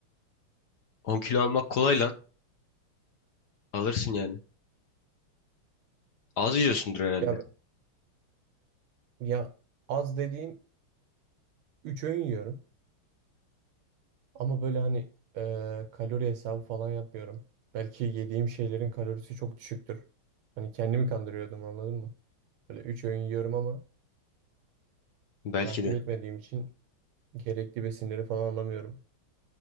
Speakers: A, on the left; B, on the right.
A: 10 kilo almak kolay lan. Alırsın yani. Az yiyorsundur herhalde.
B: Ya ya az dediğim 3 öğün yiyorum. Ama böyle hani e, kalori hesabı falan yapmıyorum. Belki yediğim şeylerin kalorisi çok düşüktür. Hani kendimi kandırıyordum anladın mı? Böyle 3 öğün yiyorum ama
A: Belki
B: takip
A: de.
B: etmediğim için gerekli besinleri falan alamıyorum.